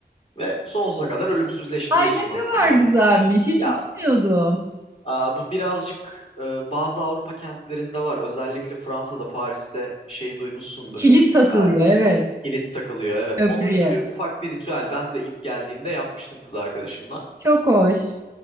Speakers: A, on the left (about 35°); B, on the right (about 15°).
A: ve sonsuza kadar ölümsüzleştiriyorsun
B: ay ne
A: aslında.
B: kadar güzelmiş. Hiç
A: Ya
B: bilmiyordum.
A: Aa, bu birazcık e, bazı Avrupa kentlerinde var. Özellikle Fransa'da, Paris'te şeyi duymuşsundur.
B: Kilit takılıyor
A: Aa,
B: evet
A: kilit takılıyor, evet.
B: köprüye.
A: Onun gibi ufak bir ritüel. Ben de ilk geldiğimde yapmıştım kız arkadaşımla.
B: Çok hoş.